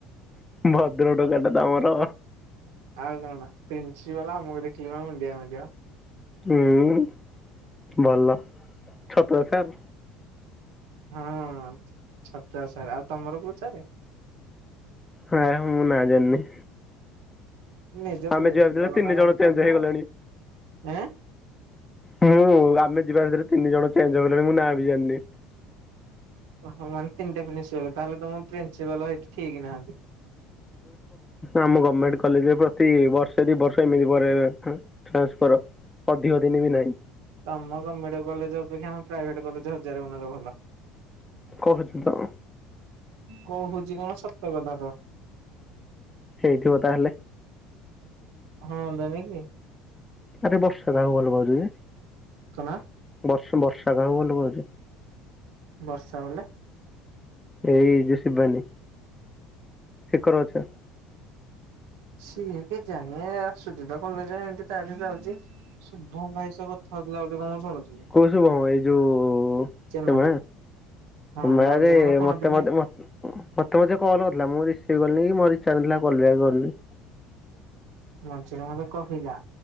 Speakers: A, on the left; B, on the right.
A: ଭଦ୍ରଟୋକାଟା ତ ଆମର।
B: ଆଉ କଣ ପ୍ରିନ୍ସିପାଲ ଆମକୁ ଦେଖିଲେ ପା ମୁଣ୍ଡିଆ ମାରିବ।
A: ହୁଁ ଭଲ ଛତଛାର୍।
B: ହଁ ଛତରା ସାରେ ଆଉ ତମର କୋଉ ସାରେ।
A: ହଁ ମୁଁ ନା ଜାଣିନି।
B: ନିଜେ
A: ଆମେ
B: ପ୍ରିନ୍ସିପାଲ
A: ଯିବା ଭିତରେ ତିନି
B: ନା ଜାଣିପାରୁନ
A: ଜଣ ଚେଞ୍ଜ ହେଇଗଲେଣି।
B: ଏଁ?
A: ମୁ ଆମେ ଯିବା ଭିତରେ ତିନି ଜଣ ଚେଞ୍ଜ ହେଇଗଲେଣି ମୁଁ ନାଁ ବି ଜାଣିନି।
B: ଓହୋ ମାନେ ତିନିଟା ପ୍ରିନ୍ସିପାଲ ତାହଲେ ତମ ପ୍ରିନ୍ିସିପାଲ ସେଇି ଠିକି ନାହାନ୍ତି
A: ଆମ ଗଭର୍ଣମେଣ୍ଟ କଲେଜରେ ପ୍ରତି ବର୍ଷେ ଦି ବର୍ଷ ଏମିତି ପରେ ଟ୍ରାନ୍ସଫର ଅଧିକ ଦିନି ବି ନାହିଁ।
B: ତମ ଗଭର୍ଣମେଣ୍ଟ କଲେଜ ଅପେକ୍ଷା ଆମ ପ୍ରାଇଭେଟ କଲେଜ ହଜାର ଗୁଣରେ ଭଲ।
A: କହୁଛି ତ।
B: କହୁଛି କଣ ସତ କଥା ତ।
A: ହେଇଥିବ ତାହେଲେ।
B: ହଁ ଦନ କି
A: ଆରେ ବର୍ଷା କାହାକୁ ଭଲ ପାଉଛି ଯେ
B: କଣ
A: ବର୍ଷ ବର୍ଷା କାହାକୁ ଭଲ ପାଉଛି?
B: ବର୍ଷା ମାନେ?
A: ଏଇ ଯୋ ଶିବାନୀ ସେକର ଅଛ।
B: ସିଏ କିଜାଣ ଆସୁଛି ତ କଲେଜ ଏତି ଯାଉଛି ସୋମ ଭାଇସହ କଥା ହଉଥିଲା ବୋଲି କଣ ମୁଁ ଶୁଣୁ
A: କୋଉ ଶୁଭମ୍ ଭାଈ? ଯୋଉ
B: ଚେମା
A: ସେ
B: ହଁ
A: ମାରେ
B: ମଝିରେ ମୁଁ ଶୁଣୁଥିଲି
A: ମତେ ମତେ ମ ମତେ ମଝିରେ କଲ କରିଥିଲା ମୁଁ ରିସିଭ୍ କଲିିନି କି ମୋ ରିଚାଜ୍ ନଥିଲା କଲ ବ୍ୟକ୍ କରିନି।
B: ମଞ୍ଚ ମତେ କହିଲା